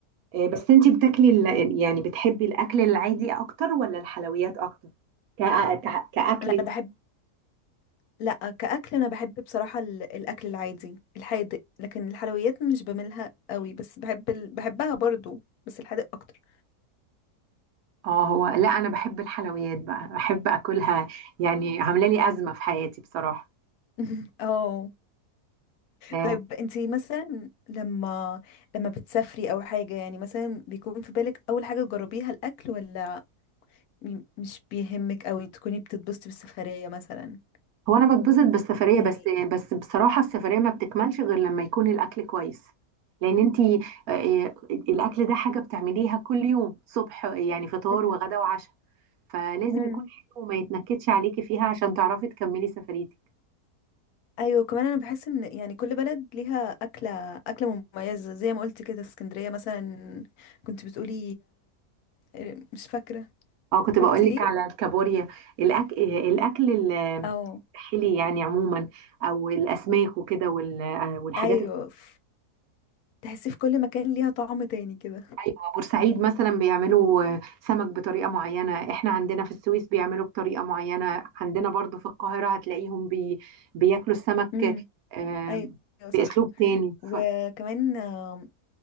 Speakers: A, on the right (about 70°); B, on the left (about 75°).
A: آه، بس أنتي بتاكلي ال... يعني بتحبي الأكل العادي أكتر ولا الحلويات أكتر؟ كأ... كأ- كأكل
B: لا انا بحب لا كأكل أنا بحب بصراحة ال- الأكل العادي الحادق لكن الحلويات مش بملها قوي بس بحب ال... بحبها برضو بس الحادق أكتر
A: اه هو لا انا بحب الحلويات بقى بحب اكلها يعني عامله لي ازمه في حياتي بصراحه
B: <laughs> اه
A: آه،
B: طيب انتي مثلا لما لما بتسافري أو حاجة يعني مثلا بيكون في بالك أول حاجة تجربيها الأكل ولا م- مش بيهمك أوي تكوني بتتبسطي بالسفرية مثلا
A: هو انا بتبسط بالسفريه
B: يعني
A: بس بس بصراحه السفريه ما بتكملش غير لما يكون الاكل كويس لان انتي آه، آه، الاكل ده حاجه بتعمليها كل يوم صبح يعني فطار
B: مم.
A: وغدا وعشاء فلازم
B: مم.
A: يكون حلو وما يتنكدش عليكي فيها عشان تعرفي تكملي سفريتك
B: ايوه كمان انا بحس ان يعني كل بلد ليها اكله اكله مميزه زي ما قلت كده اسكندريه مثلا كنت بتقولي إيه، مش فاكرة
A: اه كنت بقول
B: قلتي
A: لك
B: ايه
A: على الكابوريا الأك... آه، الاكل ال-
B: او
A: الحلي يعني عموما او الاسماك وكده وال- آه، والحاجات
B: ايوه ف- تحسيه في كل مكان ليها طعم تاني كده
A: ايوه بورسعيد مثلا بيعملوا آه، سمك بطريقه معينه احنا عندنا في السويس بيعملوا بطريقه معينه عندنا برضو في القاهره هتلاقيهم بي... بياكلوا السمك
B: امم
A: آه،
B: ايوه صح
A: باسلوب تاني
B: وكمان
A: ف...
B: آم،